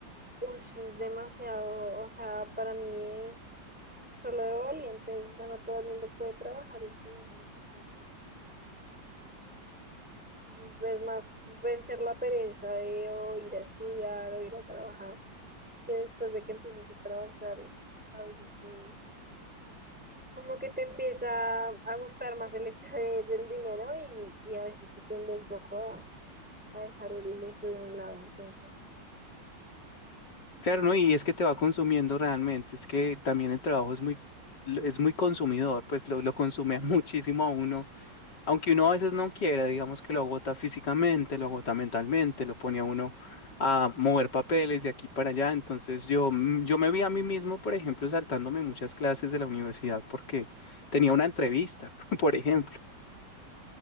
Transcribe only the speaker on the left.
Claro, ¿no? Y es que te va consumiendo realmente, es que también el trabajo es muy, lo- es muy consumidor, pues lo, lo consume <laughs> a muchísimo a uno, aunque uno a veces no quiera, digamos que lo agota físicamente, lo agota mentalmente, lo pone a uno a mover papeles de aquí para allá, entonces yo, mm, yo me vi a mí mismo, por ejemplo, saltándome muchas clases de la universidad porque tenía una entrevista, <laughs> por ejemplo,